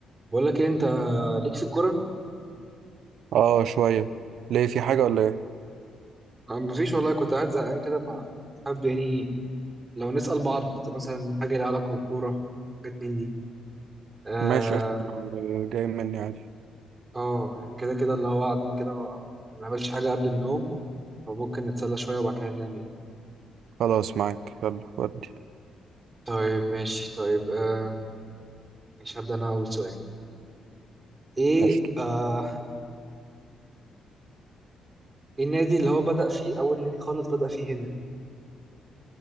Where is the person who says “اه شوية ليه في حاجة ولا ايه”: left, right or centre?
Right